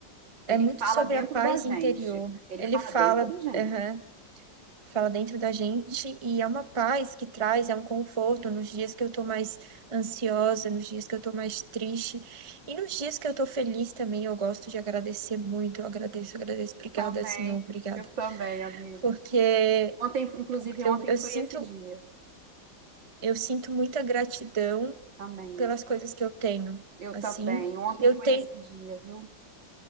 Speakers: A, on the right (about 25°); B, on the right (about 75°).
A: é
B: Ele
A: muito
B: fala
A: sobre
B: dentro
A: a paz
B: da gente.
A: interior.
B: Ele
A: Ele
B: fala
A: fala,
B: dentro da gente.
A: aham, fala dentro da gente e é uma paz que traz, é um conforto nos dias que eu tô mais ansiosa, nos dias que eu tô mais triste e nos dias que eu tô feliz também. Eu gosto de agradecer muito. Eu agradeço, agradeço. Obrigada,
B: Também,
A: Senhor, obrigada.
B: eu também, amiga.
A: Porque,
B: Ontem, inclusive,
A: porque
B: ontem
A: eu eu
B: foi
A: sinto.
B: esse dia
A: Eu sinto muita gratidão
B: também.
A: pelas coisas que eu tenho,
B: Eu
A: assim.
B: também. Ontem
A: E eu
B: foi
A: tenho.
B: esse dia, viu?